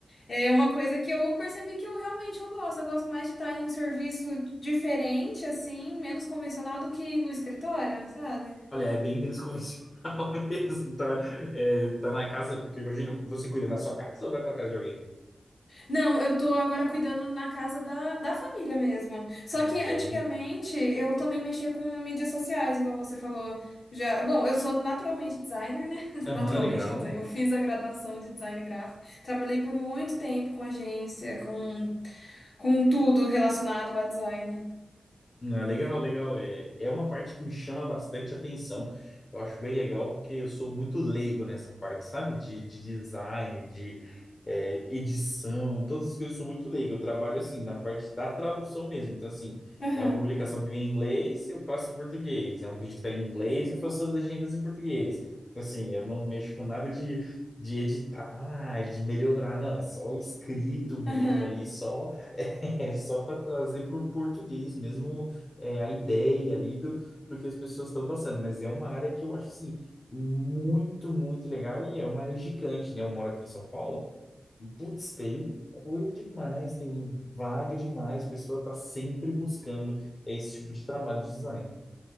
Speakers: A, on the left; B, on the left.
A: É uma coisa que eu percebi que eu realmente eu gosto. Eu gosto mais de estar em um serviço diferente, assim, menos convencional do que no escritório, sabe?
B: Olha, é bem menos convencional <laughs> mesmo. Tá, eh, tá na casa, porque eu imagino, você cuida na sua casa ou vai para casa de alguém?
A: Não, eu tô agora cuidando na casa da, da família mesmo. Só
B: Olha
A: que antigamente
B: aí.
A: eu também mexia com mídias sociais, igual você falou. Já, bom, eu sou naturalmente designer, né? <laughs> Naturalmente,
B: Aham, legal.
A: quer dizer, eu fiz a graduação de design gráfico. Trabalhei por muito tempo com agência, com, com tudo relacionado a design.
B: Não, é legal, legal. É, é uma parte que me chama bastante atenção. Eu acho bem legal porque eu sou muito leigo nessa parte, sabe? De, de design, de é, edição, todas as coisas eu sou muito leigo. Eu trabalho assim na parte da tradução mesmo. Então, assim,
A: Aham,
B: é uma publicação que vem em inglês, eu passo em português. É um vídeo que está em inglês, eu faço as legendas em português. Então, assim, eu não mexo com nada de, de editar, de melhorar, não. É só o escrito mesmo
A: aham.
B: ali, só. <laughs> É só para trazer para o português mesmo é, a ideia ali do, do que as pessoas estão passando, mas é uma área que eu acho assim muito, muito legal e é uma área gigante, né? Eu moro aqui em São Paulo, e, putz, tem coisa demais, tem vaga demais, a pessoa está sempre buscando esse tipo de trabalho de design.